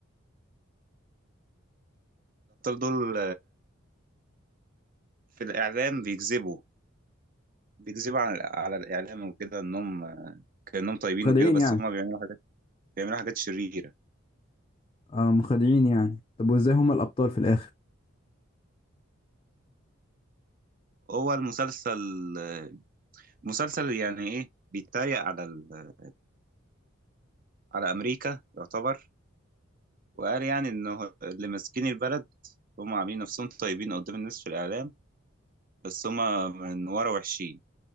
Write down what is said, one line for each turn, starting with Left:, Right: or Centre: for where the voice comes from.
Right: دول في الاعلام بيكذبوا بيكذبوا على على الإعلام وكده إنهم آه، كأنهم طيبين
Left: مخادعين
Right: وكده بس
Left: يعني
Right: هما بيعملوا حاجات بيعملوا حاجات شريرة
Left: اه مخادعين يعني طب وازاي هما الابطال في الاخر
Right: هو المسلسل آه، مسلسل يعني إيه بيتريق على ال... على أمريكا يعتبر وقال يعني إنه اللي ماسكين البلد هما عاملين نفسهم طيبين قدام الناس في الإعلام بس هما من ورا وحشين